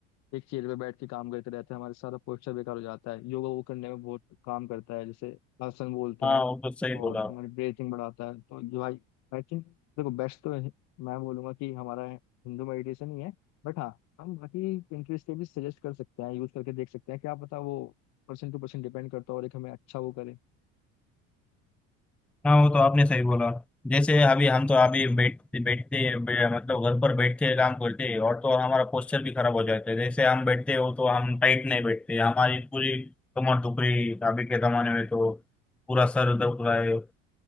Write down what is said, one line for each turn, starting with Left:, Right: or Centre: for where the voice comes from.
Left: एक चेयर पे बैठ के काम करते रहते हैं हमारे सारा पोस्चर बेकार हो जाता है योगा वो करने में बहुत काम करता है जैसे आसन बोलते
Centre: हाँ
Left: हैं
Centre: वो तो सही बोला
Left: और हमारी ब्रीथिंग बढ़ाता है तो जो आई आई थिंक देखो बेस्ट तो है- मैं बोलूंगा कि हमारा हिंदू मेडिटेशन ही है बट हाँ हम बाकी कंट्रीज के भी सजेस्ट कर सकते हैं यूज करके देख सकते हैं क्या पता वो पर्सन टू पर्सन डिपेंड करता है और एक हमें अच्छा वो करे
Centre: हाँ वो तो आपने सही बोला जैसे अभी हम तो अभी बैठ बैठते बे- मतलब घर पर बैठ के काम करते हैं और तो हमारा पोस्चर भी खराब हो जाता है जैसे हम बैठते हो तो हम टाइट नहीं बैठते हमारी पूरी कमर दुख रही है अभी के जमाने में तो पूरा सर दुख रहा है